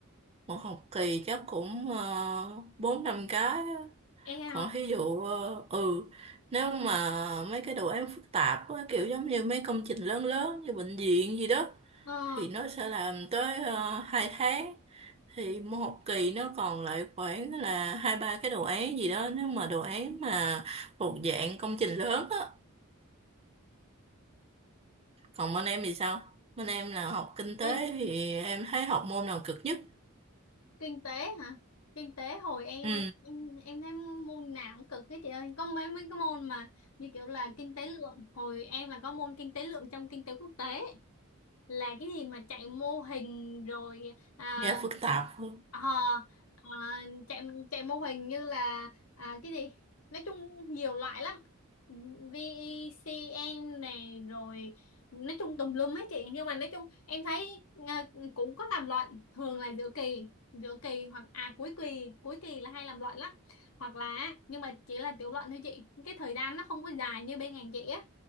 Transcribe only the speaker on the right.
một học kỳ chắc cũng ờ, bốn năm cái á.
còn thí dụ ờ, ừ nếu mà mấy cái đồ án phức tạp á, kiểu giống như mấy công trình lớn lớn như bệnh viện gì đó
thì nó sẽ làm tới uh, 2 tháng thì một học kỳ nó còn lại khoảng là hai ba cái đồ án gì đó nếu mà đồ án mà thuộc dạng công trình lớn á còn bên em thì sao bên em là học kinh tế
thì em thấy học môn nào cực nhất
ừ
nghe phức tạp hơn